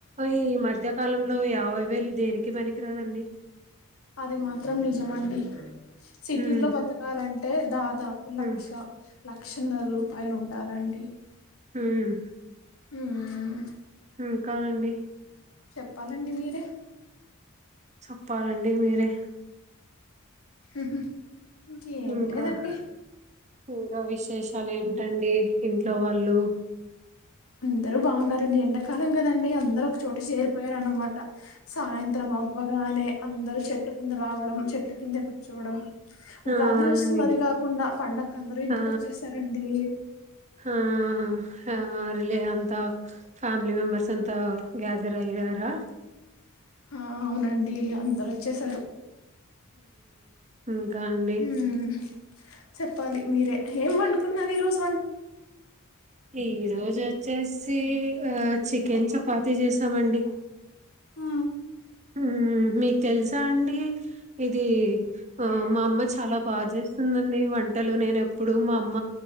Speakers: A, on the right; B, on the left.
A: ఈ మధ్య కాలంలో యాభై వేలు దేనికి పనికిరాదండి.
B: అది మాత్రం నిజమండి సిటీల్లో
A: ఉమ్
B: బతకాలన్ దేదా దాపు లక్ష
A: ఉమ్
B: ల లక్షన్నర రూపాయలు ఉండాలండి.
A: ఉం
B: ఉమ్ ఆ
A: ఉమ్ ఇంకా అండి.
B: చెప్పాలండి మీరే.
A: చెప్పాలండి మీరే.
B: హహ ఇంకేం
A: ఇంకా
B: లేదండి.
A: ఇంకా విశేషాలు ఏంటండి. ఇంట్లో వాళ్ళు.
B: అందరు బాగున్నారండి. ఎండాకాలం కదండి అందరు ఒక చోట చేరిపోయారున్నమాట. సాయంత్రం అవ్వగానే అందరు చెట్టు కింద రావడం చెట్. చెట్ల కింద కుచ్చోడం. ఉగాది
A: ఆ
B: వస్తుంది
A: అండి
B: అది కాకుండా పండకు అందరు ఇంటికి
A: ఆ
B: వచ్చేసారండి.
A: ఆ ఆ రిలే అంతా ఫ్యామిలీ మెంబర్స్ అంతా గ్యాదర్ అయ్యారా.
B: ఆ అవునండి అందరు వచ్చసారు.
A: ఉమ్ ఇంకా అండి
B: ఉమ్ చెప్పాలి మీరే. ఏం వండుకున్నారు ఈ రోజు,
A: ఈ రోజు వచ్చేసి ఆ చికెన్ చపాతి చేసామండి.
B: ఆ
A: ఉమ్ మీ తెలుసా అండి. ఇది ఆ మా అమ్మ చాలా బాగా చేస్తుందండి. వంటలు నేను ఎప్పుడు మా అమ్మ